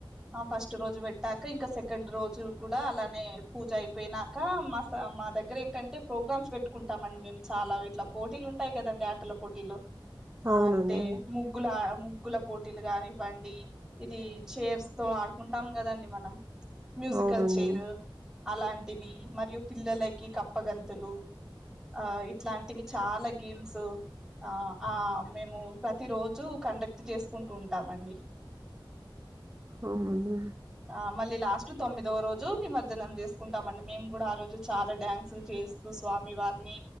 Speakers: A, in the centre; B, on the right (about 30°).
A: ఆ ఫస్ట్ రోజు పెట్టాక ఇంకా సెకండ్ రోజు కూడా అలానే పూజ అయిపోయిన క మా మా దగ్గర ఏంటంటే ప్రోగ్రామ్స్ పెట్టుకుంటామ అండి మేము చాలా ఇట్లా పోటీలు ఉంటాయి కదండి ఆటల పోటీలు
B: అవునండి
A: అంటే ముగ్గుల ముగ్గుల పోటీలు కానివ్వండి ఇది చైర్స్ తో ఆడుకుంటాం కదండి మనం మ్యూజికల్
B: అవునండి
A: చైర్ అలాంటివి మరియు పిల్లలకి కప్పగంతులు ఆ ఇట్లాంటివి చాలా గేమ్స్ ఆ ఆ మేము ప్రతి రోజు కండక్ట్ చేసుకుంటూ ఉంటామండి
B: అవును
A: ఆ మళ్ళీ లాస్ట్ తొమ్మిదవ రోజు నిమజ్జనం చేసుకుంటామండి మేము కూడా ఆ రోజు చాలా డ్యాన్సులు చేస్ తూ స్వామివారిని